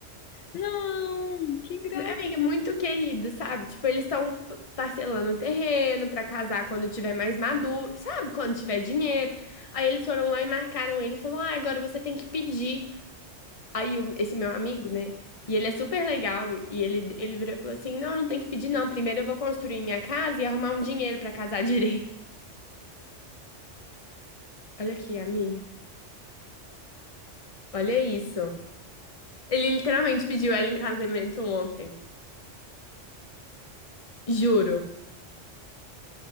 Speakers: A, on the left; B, on the left.
A: Não, que graça.
B: Amiga, muito querido, sabe? Tipo, eles estão p- parcelando o terreno pra casar quando tiver mais maduro, sabe? Quando tiver dinheiro. Aí eles foram lá e marcaram ele e falou: Ah, agora você tem que pedir. Aí o- esse meu amigo, né? E ele é super legal. E ele, ele virou e falou assim: Não, não tem que pedir, não. Primeiro eu vou construir minha casa e arrumar um dinheiro pra casar direito. <laughs> Olha aqui, amiga. Olha isso. Ele literalmente pediu ela em casamento ontem. Juro.